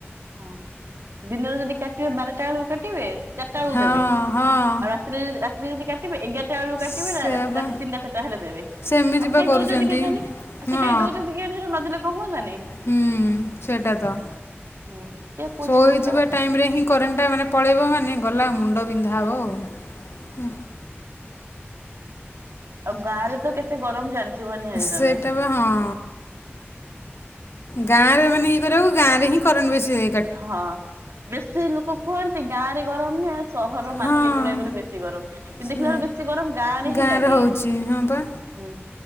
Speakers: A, on the right; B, on the left.
A: ହଁ ଦିନରେ ଯଦି କାଟିବେ ବାରଟା ବେଳକୁ କାଟିବେ ଚାରିଟା ବେଳକୁ
B: ହଁ
A: ଦେବେ
B: ହଁ
A: ଆଉ ରା ତିରେ ରାତିରେ ଯଦି କାଟିବେ ଏଗାର ଟାଳୁ କାଟିବୁ
B: ସେୟା
A: ରାତି
B: ପା
A: ତିନିଟା ଚାରଟା ହେଲେ ଦେବେ।
B: ସେମିତି
A: ଆଉ କାଇଁ
B: ପା କରୁଛନ୍ତି
A: ଦୋଉଚନ୍ତି କେଜାଣ ଆଉ ସେ
B: ହଁ
A: କାଇଁ ଦୋଉଚନ୍ତି ୟାଠାରୁ ନଦେଲେ କଣ ହୁଅନ୍ତାନି?
B: ହୁଁ ସେଟା ତ।
A: ହୁଁ କିଏ କହୁଛି
B: ଶୋଇଥିବା
A: କେମିତି ଦବା
B: ଟାଇମ
A: ପାଇଁ
B: ରେ ହିଁ କରେଣ୍ଟ ଟା ମାନେ ପଳେଇବ ମାନେ ଗଲା ମୁଣ୍ଡ ବିନ୍ଧା ହବ ଆଉ।
A: ଆଉ ଗାଁ ରେ ତ କେତେ ଗରମ ଜାଣିଥିବ ନିହାତି ତମେ?
B: ସେଟା ହଁ ଗାଁରେ ମାନେ ଇଏ କରିବାକୁ ଗାଁ ରେ ହିଁ କରେଣ୍ଟ ବେଶୀ ଯାଏ
A: ହଁ ବେଶୀ ଲୋକ କୁହନ୍ତି ଗାଁ ରେ ଗରମ ନୁହେଁ। ସହର ମାର୍କେଟ
B: ହଁ
A: ଗୁଡାକରେ ବେଶୀ ଗରମ କିନ୍ତୁ
B: ସେ
A: ଦେଖିଲା ବେଳେ ବେଶୀ ଗରମ ଗାଁ ରେ ହିଁ
B: ଗାଁରେ
A: ଲାଗେ।
B: ହେଉଛି ହଁ ପା
A: ହୁଁ